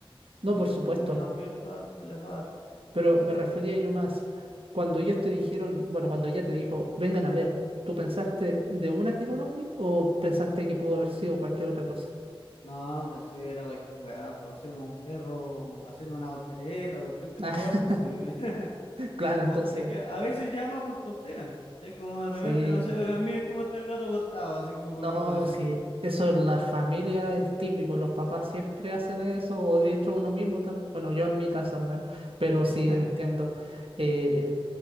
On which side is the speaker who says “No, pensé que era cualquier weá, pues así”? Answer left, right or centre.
Left